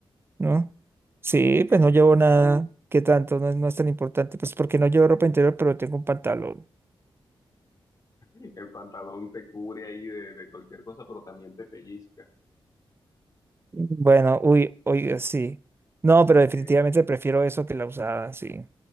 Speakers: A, on the right; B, on the left.
A: ¿no? Sí,
B: Sí,
A: pues
B: sí.
A: no llevo nada. ¿Qué tanto? No, es- no es tan importante. Pues porque no llevo ropa interior, pero tengo un pantalón.
B: El pantalón te cubre ahí de, de cualquier cosa, pero también te pellizca.
A: Bueno, uy, oiga, sí. No, pero definitivamente
B: Eh,
A: prefiero eso que la usada, sí.